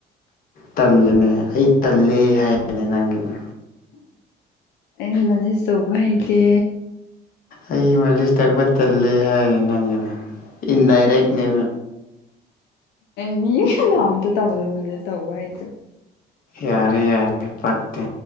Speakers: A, on the left; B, on the left.
A: ꯇꯜꯂꯅꯦ ꯑꯩ ꯇꯜꯂꯦ ꯍꯥꯏꯕꯅꯦ ꯅꯪꯒꯤꯗ
B: ꯑꯩ ꯃꯂꯖ ꯇꯧꯕ ꯍꯩꯇꯦ
A: ꯑꯩ ꯃꯂꯤꯁ ꯇꯛꯄ ꯇꯜꯂꯦ ꯍꯥꯏꯔꯦ ꯅꯪꯒꯤꯗ ꯏꯟꯗꯥꯏꯔꯦꯦꯛ ꯅ
B: ꯑꯦ ꯃꯤꯂꯣ ꯑꯇ ꯇꯧꯗ ꯃ ꯇꯧꯧꯕꯕ ꯍꯥꯏ
A: ꯌꯥꯔꯦ ꯌꯥꯔꯦ ꯄꯥꯛꯇꯦ